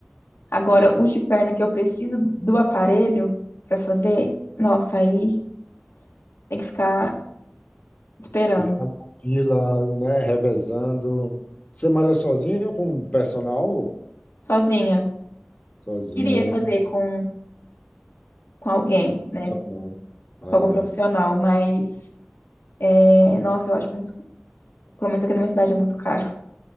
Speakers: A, on the left; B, on the left.
A: Agora, os de perna que eu preciso do aparelho para fazer, nossa, aí tem que ficar esperando,
B: Tem que estar na fila, né? Revezando. Você malha sozinho ou com personal?
A: sozinha.
B: Sozinho,
A: Queria
B: né?
A: fazer com, com alguém, né?
B: Não. Ah,
A: Com algum profissional, mas, é, nossa, eu acho muito, pelo menos aqui na minha cidade é muito caro